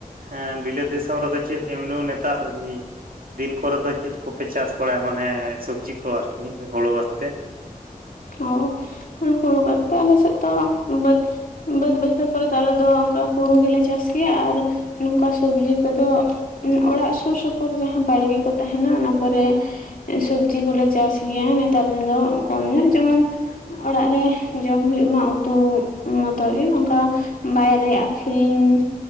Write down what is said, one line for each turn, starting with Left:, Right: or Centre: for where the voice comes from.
Right: ᱦᱮ ᱵᱤᱞᱟᱹᱛ ᱫᱤᱥᱚᱢ ᱨᱮᱫᱚ ᱪᱮᱫ ᱮᱢᱱᱤ ᱢᱟᱱᱮ ᱛᱟᱨᱻᱱᱤ ᱫᱤᱱ ᱠᱚᱨᱮ ᱫᱚ ᱪᱮᱫ ᱠᱚᱯᱮ ᱪᱟᱥ ᱵᱟᱲᱟᱭᱟ? ᱢᱟᱱᱮ ᱥᱚᱵᱽᱡᱤ ᱠᱚ ᱟᱹᱨᱠᱤ ᱦᱩᱲᱩ ᱵᱟᱫᱽ ᱛᱮ?
Left: ᱚ ᱦᱩᱲᱩ ᱵᱟᱫ ᱛᱮ ᱟᱞᱮ ᱥᱮᱫ ᱫᱚ ᱵᱟᱹᱫᱽ ᱵᱟᱹᱫᱽ ᱵᱟᱹᱭᱟᱹᱲ ᱠᱚᱨᱮ ᱫᱚ ᱟᱞᱮ ᱫᱚ ᱚᱱᱠᱟ ᱦᱩᱲᱩ ᱜᱮᱞᱮ ᱪᱟᱥ ᱜᱮᱭᱟ ᱟᱨ ᱱᱚᱝᱠᱟ ᱥᱚᱵᱽᱡᱤ ᱠᱚᱫᱚ ᱚᱲᱟᱜ ᱥᱩᱨ ᱥᱩᱯᱩᱨ, ᱡᱟᱦᱟᱸ ᱵᱟᱲᱜᱮ ᱠᱚ ᱛᱟᱦᱮᱱᱟ᱾ ᱚᱱᱟ ᱠᱚᱨᱮ ᱥᱚᱵᱽᱡᱤ ᱠᱚᱞᱮ ᱪᱟᱥ ᱜᱮᱭᱟ, ᱱᱮᱛᱟᱨ ᱫᱤᱱ ᱫᱚ ᱠᱚᱢ ᱧᱚᱜ ᱡᱮᱢᱚᱱ ᱚᱲᱟᱜ ᱨᱮ ᱡᱚᱢ ᱦᱳᱜ ᱢᱟ ᱩᱛᱩ ᱢᱚᱛᱚ ᱜᱮ ᱚᱱᱠᱟ᱾ ᱵᱟᱭᱨᱮ ᱟᱹᱠᱷᱨᱤᱧ